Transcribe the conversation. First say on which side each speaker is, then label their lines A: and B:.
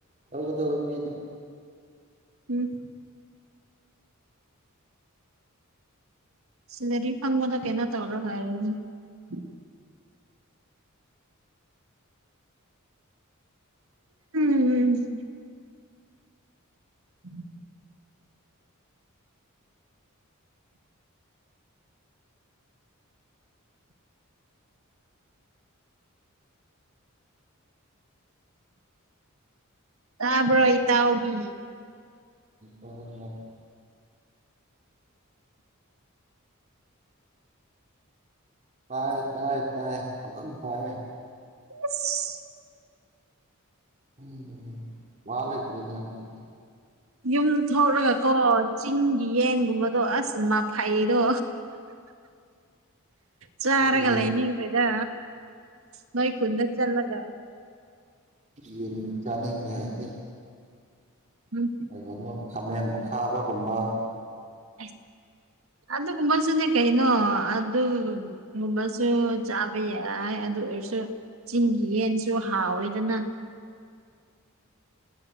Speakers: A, on the right (about 35°); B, on the right (about 70°).
A: ꯇꯧꯒꯗꯕ ꯃꯤꯗꫭ
B: ꯎꯝ ꯁꯦꯂꯔꯤ ꯐꯪꯕꯗ ꯀꯩꯅꯣ ꯇꯧꯔꯣ ꯍꯥꯏꯔꫭꯅ‌ꯦ ꯎꯝꯝꯝ ꯎꯝ <unintelligible> ꯇ꯭ꯕꯔꫭ ꯏꯇꯥꯎꯕꯤ
A: ꯁꯨꯖ <unintelligible> ꯇꯥꯏ ꯇꯥꯏ ꯇꯥꯏ ꯐꯖꯅꯥ ꯇꯥꯏꯌ‌ꯦ
B: ꯑꯁ
A: ꯎꯝ ꯃꯥꯂꯩꯇꯔꯦꯗꯤ ꯌꯥꯝ ꯊꯤ ꯐꯩ
B: ꯌꯨꯝ ꯊꯣꯛꯂꯒꯀꯣ ꯆꯤꯡꯒꯤ ꯌꯦꯟꯒꯨꯝꯕꯗꯣ ꯑꯁ ꯐꯩꯗꯣ ꯆꯥꯔꯒ
A: ꯑꯩꯗꯤ
B: ꯂꯩꯅꯤꯡꯕꯩꯗ ꯅꫭꯏ ꯈꯨꯨꯟꯗ ꯆꯠꯂꯒ
A: ꯖ ꯑꯥꯏꯦ <unintelligible>
B: ꯎꯝ
A: ꯀꯩꯒꯅꯣ ꯈꯥꯃꯦꯟꯗ ꯈꯥꯕꯒꯨꯝꯕ
B: ꯑꯁ ꯑꯗꯨꯒꯨꯝꯕꯁꯨꯅꯦ ꯀꯩꯅꯣ ꯑꯗꯨꯒꯨꯝꯕꯁꯨ ꯆꯥꯕ ꯌꯥꯏ ꯑꯗꯨ ꯑꯣꯏꯔꯁꯨ ꯆꯤꯡꯒꯤ ꯌꯦꯟꯁꯨ ꯍꯥꯎꯑꯣꯏꯗꯅ